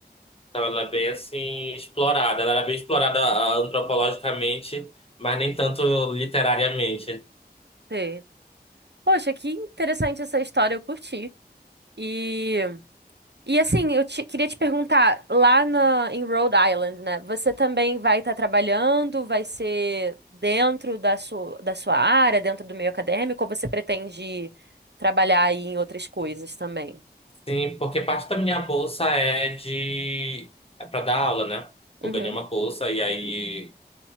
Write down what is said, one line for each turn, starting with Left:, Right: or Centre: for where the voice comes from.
Left: Então, ela é bem assim explorada. Ela era bem explorada ah, antropologicamente, mas nem tanto literariamente.
Right: sei. Poxa, que interessante essa história, eu curti. E, e assim, eu te- queria te perguntar, lá na, em Rhode Island, né? Você também vai estar trabalhando, vai ser dentro da sua, da sua área, dentro do meio acadêmico, ou você pretende trabalhar aí em outras coisas também?
Left: Sim, porque parte da minha bolsa é de é para dar aula, né?
Right: Uhum,
Left: Eu ganhei uma bolsa e aí